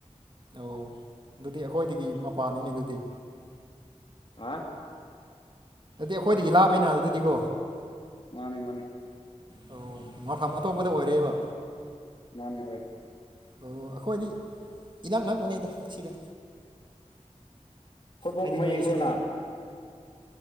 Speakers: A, on the right (about 40°); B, on the left (about 45°).
A: ꯑꯣ ꯑꯗꯨꯗꯤ ꯑꯩꯈꯣꯏꯗꯒꯤ ꯃꯄꯥꯅꯤꯅꯦ ꯑꯗꯨꯗꯤ
B: ꯍꯥ꯫
A: ꯑꯗꯨꯠꯇꯗꯤ ꯑꯩꯈꯣꯏꯗꯒꯤ ꯂꯥꯛꯑꯕꯅꯤꯅ ꯑꯗꯨꯗꯤꯀꯣ꯫
B: ꯃꯥꯅꯦ ꯃꯥꯅꯦ
A: ꯑꯣ ꯉꯐꯝ ꯑꯇꯣꯞꯄꯗ ꯑꯣꯏꯔꯦꯕ
B: ꯃꯥꯅꯦ ꯍꯣꯢ
A: ꯑꯣ ꯑꯩꯈꯣꯏꯗꯤ ꯏꯅꯥꯛ ꯅꯛꯄꯅꯤꯗ ꯁꯤꯗ꯫
B: ꯐꯨꯠꯕꯣꯜ
A: ꯍꯥꯏꯗꯤ
B: ꯀꯨꯝꯕ
A: ꯅꯣꯏ
B: ꯌꯦꯡꯕꯣꯅꯪ
A: ꯁꯤꯗ